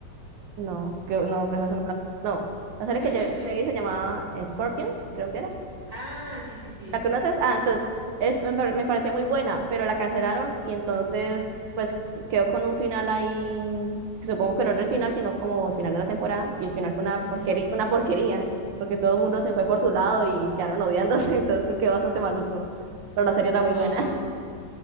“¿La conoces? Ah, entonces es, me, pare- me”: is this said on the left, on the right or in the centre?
Right